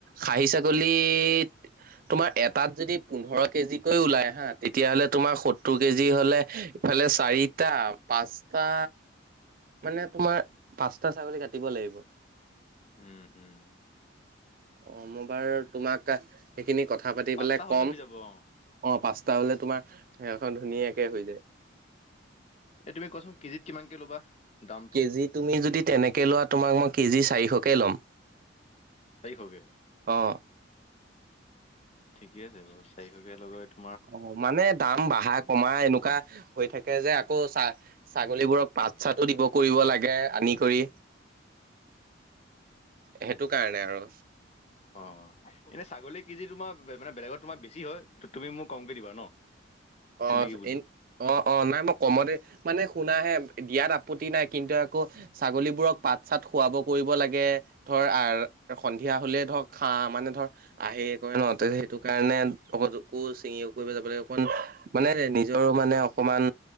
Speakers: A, on the right; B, on the left.
A: খাহী ছাগলীত তোমাৰ এটাত যদি পোন্ধৰ কেজিকৈ ওলাই হা তেতিয়া হলে তোমাৰ সত্তৰ কেজি হলে ফালে চাৰিটা পাঁচটা মানে তোমাৰ পাঁচটা ছাগলী কাটিব লাগিব
B: উম উম
A: অ মই বাৰু তোমাক সেইখিনি কথা পাতি
B: পাঁচটা
A: পেলাই
B: হ'লে
A: কম
B: হৈ যাব অ'।
A: অ পাঁচ টা হলে তোমাৰ সেইখন ধুনীয়াকে হৈ যায়
B: এ তুমি কোৱাচোন কেজিত কিমানকে ল'বা দামটো?
A: কেজি তুমি যদি তেনেকে লোৱা তোমাক মই কেজি চাৰিশকে ল'ম
B: চাৰিশকে
A: অ।
B: ঠিকে আছে বাৰু চাৰিশকে লগত
A: অ মানে দাম বাঢ়া কমা এনেকুৱা হৈ থাকে যে আকৌ চাহ ছাগলীবোৰক পাত চাতো দিব কৰিব লাগে আনি কৰি সেইটো কাৰণে আৰু
B: অ এনে ছাগলী কেজি তোমাৰ মানে বেলেগত তোমাৰ বেছি হয় তুমি মোক কমকে দিবা ন চিনাকি
A: অ
B: বুলি
A: এ অ অ নাই মই কমতে মানে শুনাহে দিয়াত আপত্তি নাই কিন্তু আকৌ ছাগলীবোৰক পাত চাত খুৱাব কৰিব লাগে ধ ধৰ সন্ধিয়া হলে ধৰক খা মানে ধৰ আহি কৰে ন সেইটো কাৰণে চুকুৰ চিঙিকুৰি যাবাগে অকণমান মানে নিজৰো মানে অকমান